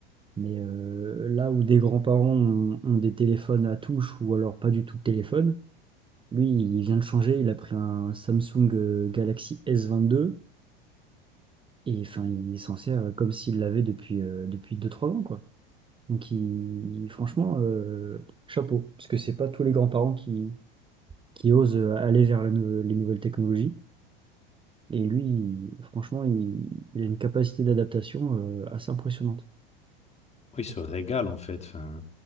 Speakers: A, on the right; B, on the left.
A: Mais euh, là où des grands-parents ont, ont des téléphones à touche ou alors pas du tout de téléphone, lui, il vient de changer. Il a pris un Samsung euh, Galaxy S22 et enfin, il s'en sert comme s'il l'avait depuis, euh, depuis deux trois ans, quoi. Donc, il- franchement, euh, chapeau, parce que c'est pas tous les grands-parents qui, qui osent euh, aller vers la nou- les nouvelles technologies. Et lui, il- franchement, il, il a une capacité d'adaptation euh, assez impressionnante.
B: Oh, Ils se régalent en fait, enfin,